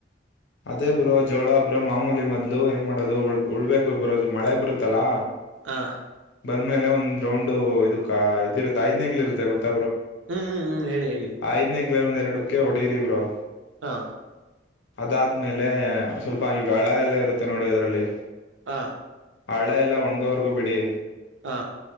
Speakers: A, on the left; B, on the right.
A: ಅದೇ ಬ್ರೋ ಜೋಳ ಬ್ರೋ ಮಾಮೂಲಿ ಮದ್ಲು ಏನ್ ಮಾಡೋದು ಉಳ್ಬೇಕು ಬ್ರೋ ಮಳೆ ಬರುತ್ತಲ್ಲಾ
B: ಹಾ
A: ಬಂದ್ಮೇಲೆ ಒಂದ್ ರೌಂಡು ಇದ ಇದಿರುತ್ತೆ ಐದ್ನೇಗ್ಲಿ ಇರುತ್ತೆ ಗೊತ್ತ
B: ಹ್ಮ್ ಹ್ಮ್ ಹ್ಮ್ ಹೇಳಿ ಹೇಳಿ
A: ಐದ್ನಗ್ಲೆ ಒಂದ್ ಎರಡಕ್ಕೆ ಹೊಡರಿ ಬ್ರೋ
B: ಹಾ
A: ಅದಾದ್ಮೇಲೆ ಸ್ವಲ್ಪ ಈಗ ಹಳ ಎಲ್ಲ ಇರುತ್ತೆ ನೋಡಿ ಅದ್ರಲ್ಲಿ
B: ಹ
A: ಎಳ ಎಲ್ಲ ಒಣ್ವರ್ಗೂ ಬಿಡಿ
B: ಹಾ